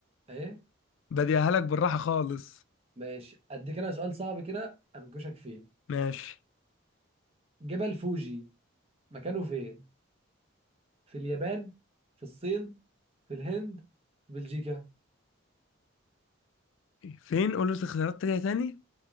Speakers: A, on the right (about 30°); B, on the left (about 70°).
A: إيه؟
B: بديها لك بالراحه خالص
A: ماشي أديك أنا سؤال صعب كده أنكشك فيه
B: ماشي
A: جبل فوجي مكانه فين؟ في اليابان؟ في الصين؟ في الهند؟ في بلجيكا؟
B: فين قول لي اختيارات تانية تاني